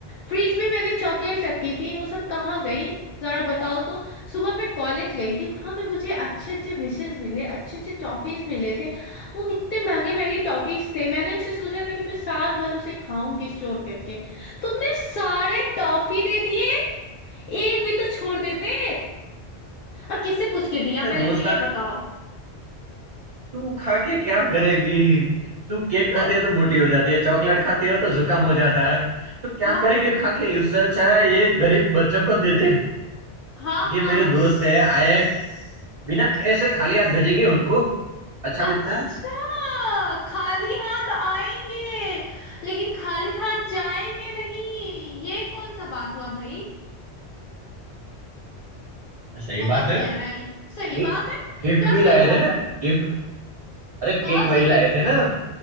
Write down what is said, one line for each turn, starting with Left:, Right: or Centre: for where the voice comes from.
Left: फ्रिज में मैंने चॉकलेट रखी थी वो सब कहाँ गई जरा बताओ तो सुबह मैं कॉलेज गई थी वहां पे मुझे अच्छे अच्छे विशेस मिले अच्छे अच्छे टॉफीज मिले थे वो इतने महंगे महंगे टॉफीज थे मैंने उसे सोचा था कि मैं साल भर उसे खाऊंगी स्टोर करके तुमने सारे टॉफी दे दिए एक भी तो छोड़ देते और किससे पूछ के दिया
Right: अरे
Left: पहले
Right: दोस्त
Left: तो ये बताओ
Right: तू खा के क्या करेगी तू केक
Left: मैं
Right: खाती है तो मोटी हो जाती है चॉकलेट खाती हो तो जुकाम हो जाता है तो क्या
Left: हाँ
Right: करेगी
Left: हाँ
Right: खा के उससे अच्छा है ये गरीब बच्चों को दे दे
Left: हाँ
Right: ये
Left: हाँ
Right: मेरे
Left: हम
Right: दोस्त
Left: स-
Right: है आए बिना
Left: स-
Right: ऐसे खाली हाथ भेजेंगे उनको अच्छा लगता
Left: अच्छा
Right: है
Left: खाली हाथ आएंगे लेकिन खाली हाथ जाएंगे नहीं ये कौन सा बात हुआ भाई
Right: सही
Left: कौन
Right: बात है
Left: कह रहा है ये सही
Right: गिफ्ट
Left: बात है क्या
Right: भी लाए
Left: सही बात
Right: थे ना
Left: है
Right: गिफ्ट अरे केक
Left: कौन सा
Right: वही लाए
Left: गिफ्ट
Right: थे
Left: लाए
Right: ना